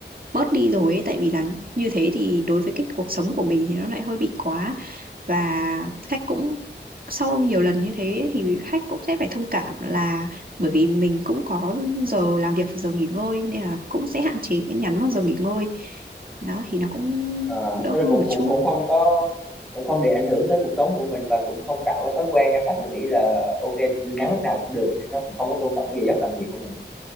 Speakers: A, on the right; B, in the centre.
A: bớt đi rồi ấy, tại vì là như thế thì đối với cái cuộc sống của mình thì nó lại hơi bị quá và khách cũng sau nhiều lần như thế thì khách cũng sẽ phải thông cảm là bởi vì mình cũng có giờ làm việc và giờ nghỉ ngơi nên là cũng sẽ hạn chế cái nhắn vào giờ nghỉ ngơi đó thì nó cũng
B: à,
A: đỡ
B: tức là
A: hơn
B: cũng
A: một
B: cũng
A: chút
B: cũng không có cũng không để ảnh hưởng tới cuộc sống của mình và cũng không tạo cái thói quen cho khách là nghĩ là ok nhắn lúc nào cũng được nên nó cũng không có tôn trọng cái giờ giấc làm việc của mình